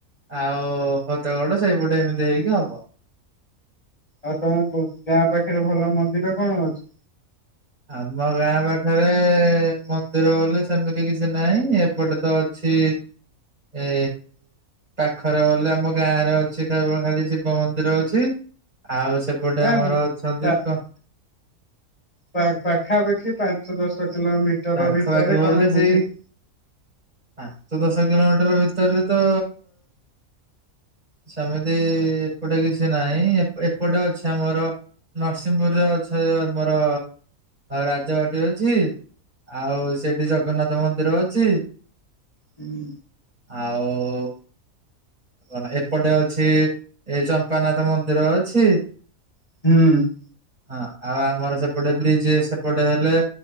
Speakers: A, on the right (about 30°); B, on the left (about 25°).
A: ଆଉ ଭତଗଡ ସେଇପଟେ ଏମିତି ହେଇକି ହବ।
B: ଆଉ ତମ ଗାଁ ପାଖରେ ଭଲ ମନ୍ଦିର କଣ ଅଛି?
A: ଆମ ଗାଁ ପାଖରେ ମନ୍ଦିର ବୋଲି ସେମିତି କିଛି ନାହିଁ ଏପଟେ ତ ଅ ଛି ଏ। ପାଖରେ ଗଲେ ଆମ ଗାଁରେ ଅଛି କେବଳ ଖାଲି ଶିବ ମନ୍ଦିର ଅଛି ଆଉ ସେ ବୋଡେ
B: ନା
A: ଆମର ଅଛନ୍ତି
B: ପା
A: କଣ?
B: ପା ପାଖାପାଖି ପାଞ୍ଚ ଦଶ କିଲୋମିଟର
A: ପାଖାପାଖି
B: ଭିତରେ
A: ବୋଲେ
B: କଣ
A: ସେଇ
B: ବୁଲି
A: ପାଞ୍ଚ ଦଶ କିଲୋମିଟର ଭିତରେ ତ ସେମିତି ଏପଟେ କିଛି ନାହିଁ ଏପ ଏପଟେ ଅଛି ଆମର, ନରସିଂହପୁରରେ ଅଛ <unintelligible> ମୋର ରାଜବାଟି ଅଛି। ଆଉ ସେଠି ଜଗନ୍ନାଥ ମନ୍ଦିର ଅଛି।
B: ହୁଁ।
A: ଆଉ। କଣ ଏପଟେ ଅଛି ଏଇ ଚମ୍ପାନାଥ ମନ୍ଦିର ଅଛି।
B: ହୁଁ।
A: ହଁ ଆଉ ଆମର ସେପଟେ ବ୍ରିଜ ସେପଟେ ହେଲେ